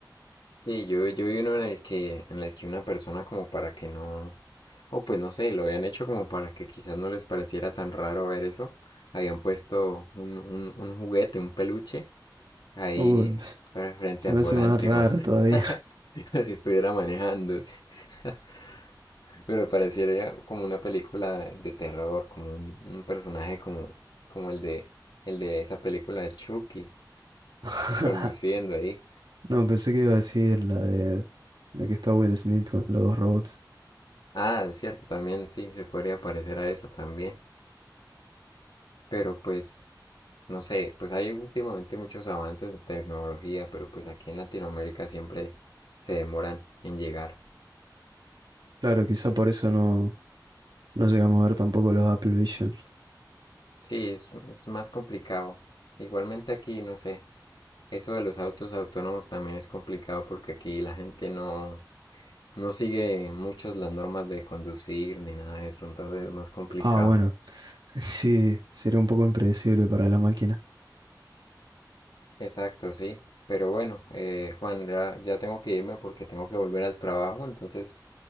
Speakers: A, on the left; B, on the right.
A: Sí, yo, yo vi uno en el que, en el que una persona como para que no, o pues no sé, lo habían hecho como para que quizás no les pareciera tan raro ver eso. Habían puesto un, un, un juguete, un peluche, ahí
B: Uy, ps,
A: fre- frente
B: se
A: al
B: me
A: volante,
B: hace más raro
A: como <laughs>
B: todavía.
A: como si estuviera manejando. sí. <laughs> Pero pareciera como una película de terror, como un, un personaje como, como el de, el de esa película de Chucky,
B: <laughs>
A: conduciendo ahí.
B: No, pensé que iba a decir la de, la que está Will Smith con los dos robots.
A: Ah, es cierto, también sí, se podría parecer a esa también. Pero pues, no sé, pues hay últimamente muchos avances en tecnología, pero pues aquí en Latinoamérica siempre se demoran en llegar.
B: Claro, quizá por eso no, no llegamos a ver tampoco los Apple Vision.
A: Sí, es, es más complicado. Igualmente aquí, no sé, eso de los autos autónomos también es complicado porque aquí la gente no, no sigue muchos las normas de conducir ni nada de eso, entonces es más complicado.
B: Ah, bueno, <laughs> sí, sería un poco impredecible para la máquina.
A: Exacto, sí. Pero bueno, eh, Juan, ya, ya tengo que irme porque tengo que volver al trabajo, entonces